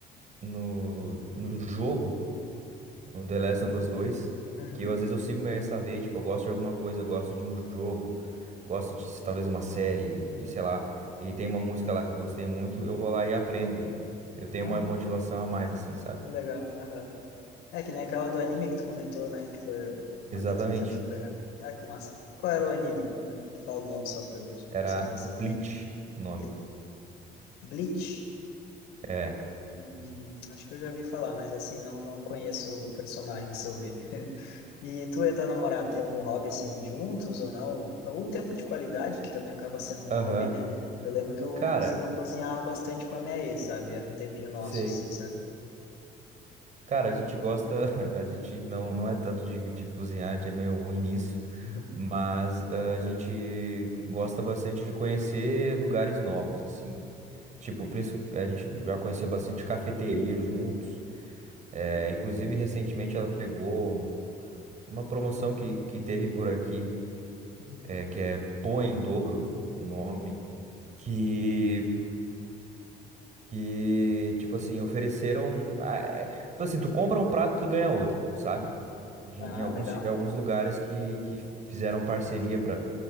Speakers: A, on the right; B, on the left.
A: no, no jogo. no The Last
B: Uhum.
A: of Us 2,
B: Uhum.
A: que eu às vezes eu sigo meio essa veia, tipo, eu gosto de alguma coisa, eu gosto de um jogo, gosto de talvez uma série, e sei lá, ele tem uma música lá que eu gostei muito, eu vou lá e aprendo. Eu tenho
B: Ah,
A: uma motivação a mais, assim, sabe?
B: que legal. Aham. É que nem aquela do anime que tu comentou, né? Que foi uma
A: Exatamente.
B: que tu tentou pegar. Ah, que massa. Qual era o anime? Hum, Fala o nome só pra eu
A: Era
B: saber se
A: Bleach
B: eu conheço.
A: o nome.
B: Ble- Bleach?
A: É.
B: Hum, acho que eu já vi falar, mas assim, não, não conheço o personagem se eu ver. <laughs> E tu e a tua namorada tem algum hobby assim juntos ou não? Algum tempo de qualidade que também acaba sendo um
A: Aham.
B: hobby, né? Eu lembro que eu,
A: Cara,
B: co- eu cozinhava bastante com a minha ex, sabe? Era um tempinho nosso,
A: sei.
B: assim, sabe?
A: Cara, a gente gosta, <laughs> a gente não, não é tanto de, de cozinhar, a gente é meio ruim nisso,
B: Uhum.
A: mas ah, a gente gosta bastante de conhecer lugares novos, assim. Tipo, princi- a gente já conheceu bastante cafeteria juntos. É,
B: Uhum.
A: inclusive, recentemente ela pegou um- uma promoção que, que teve por aqui,
B: Uhum.
A: é, que é Pô em Dobro, o nome, que, que tipo assim, ofereceram. ah, é- tipo assim, tu compra um prato, tu ganha outro, sabe? De-
B: Ah,
A: em alguns,
B: legal.
A: em alguns lugares que, que fizeram parceria para